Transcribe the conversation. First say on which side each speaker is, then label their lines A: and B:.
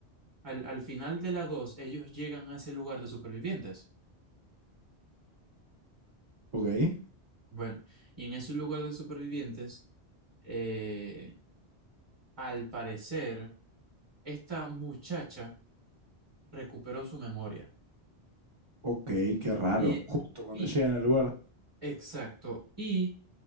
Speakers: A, on the right; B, on the right.
A: Al, al final de la dos, ellos llegan a ese lugar de supervivientes.
B: ok,
A: Bueno, y en ese lugar de supervivientes, eh, Al parecer, esta muchacha recuperó su memoria.
B: ok, qué raro.
A: Y,
B: Justo cuando
A: y,
B: llegan al lugar.
A: exacto, y